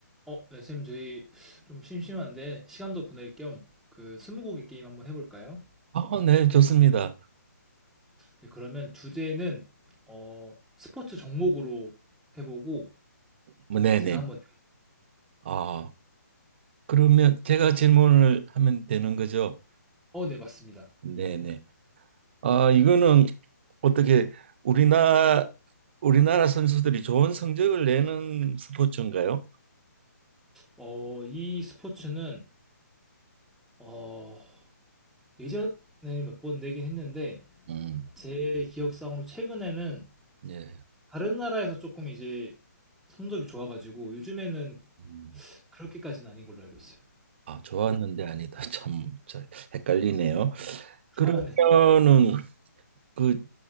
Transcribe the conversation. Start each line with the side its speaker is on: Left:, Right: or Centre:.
Centre: 어, 네, 쌤, 저희 좀 심심한데 시간도 보낼 겸 그 스무고개 게임 한번 해볼까요?
Right: 아, 네, 좋습니다.
Centre: 네, 그러면 주제는 어, 스포츠 종목으로 해보고
Right: 뭐, 네,
Centre: 제가
Right: 네.
Centre: 한번
Right: 아, 그러면 제가 질문을 하면 되는 거죠?
Centre: 어, 네, 맞습니다.
Right: 네, 네. 아, 이거는 어떻게 우리나라 우리나라 선수들이 좋은 성적을 내는 스포츠인가요?
Centre: 어, 이 스포츠는 어, 예전에는 몇 번 내긴 했는데
Right: 음,
Centre: 제 기억상으로 최근에는
Right: 예.
Centre: 다른 나라에서 조금 이제 성적이 좋아가지고 요즘에는
Right: 음,
Centre: 그렇게까지는 아닌 걸로 알고 있어요.
Right: 아, 좋았는데 아니다. <laughs> 참, 저 헷갈리네요. 그러면은
Centre: <laughs> 아, 네.
Right: 그,